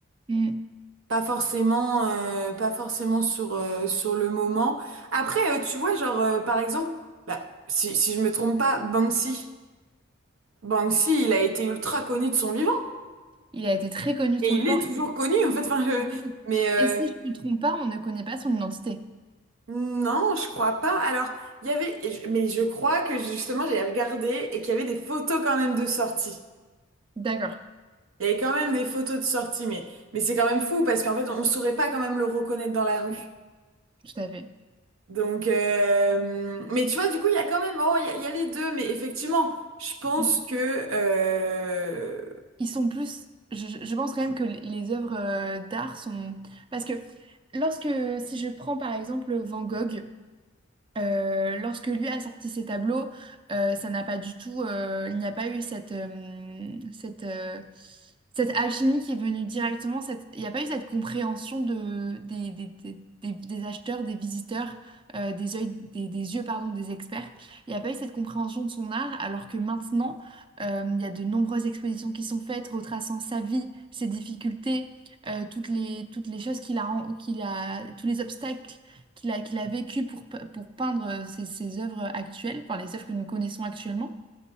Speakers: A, on the right; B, on the right.
A: Hmm,
B: Pas forcément, euh, pas forcément sur, euh, sur le moment. Après, euh, tu vois, genre, euh, par exemple, bah, si, si je me trompe pas, Banksy. Banksy, il a été ultra connu de son vivant.
A: il a été très connu
B: Et
A: de son
B: il
A: vivant,
B: est toujours
A: et,
B: connu, en fait. Enfin, euh,
A: oui.
B: mais, euh,
A: et si je ne me trompe pas, on ne connaît pas son identité.
B: Non, je crois pas. Alors, il y avait, et je- mais je crois que justement, j'avais regardé et qu'il y avait des photos quand même de sortie.
A: D'accord.
B: Il y avait quand même des photos de sortie, mais, mais c'est quand même fou parce qu'en fait, on saurait pas quand même le reconnaître dans la rue.
A: Hmm. Tout à fait.
B: Donc, euh, mais tu vois, du coup, il y a quand même, bon, il y a, il y a les deux, mais effectivement, je pense
A: Mm.
B: que, euh,
A: Ils sont plus. Je, je- je pense quand même que les les œuvres euh, d'art sont. Parce que lorsque. Si je prends par exemple Van Gogh. Euh, lorsque lui a sorti ses tableaux, euh, ça n'a pas du tout, euh, il n'y a pas eu cette, euh, cette, euh, cette alchimie qui est venue directement, cette, il n'y a pas eu cette compréhension de, des, des, des, des- des acheteurs, des visiteurs, euh, des yeux, des, des yeux, pardon, des experts. Il n'y a pas eu cette compréhension de son art, alors que maintenant, euh, il y a de nombreuses expositions qui sont faites, retraçant sa vie, ses difficultés, euh, toutes les, toutes les choses qu'il a, ren- qu'il a, tous les obstacles qu'il a, qu'il a vécu pour, pe- pour peindre euh, ses, ses œuvres actuelles, enfin les œuvres que nous connaissons actuellement.